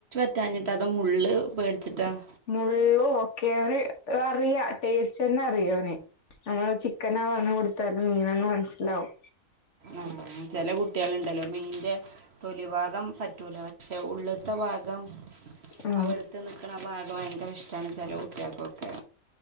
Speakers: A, on the right (about 50°); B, on the left (about 60°).
A: റ്റാഞ്ഞിട്ടോ അതാ മുള്ള് പേടിച്ചിട്ടോ
B: മുള്ളും ഒക്കെ അവന് അറിയാ ടേസ്റ്റ്ന്ന അറിയ ഓന് നമ്മള് ചിക്കനാ പറഞ്ഞ് കൊടുതാലും മീനാ ന്ന് മനസ്സിലാവും
A: ആഹ ചെല കുട്ട്യാള് ണ്ടല്ലോ മീന്റെ തൊലി ഭാഗം പറ്റൂല പക്ഷെ ഉള്ള്ത്തെ ഭാഗം
B: ആ
A: അ വെള്ത്ത് നിക്ണ ഭാഗം ഭയങ്കര ഇഷ്ടണ് ചെലെ കുട്ടിയാക്കൊക്കെ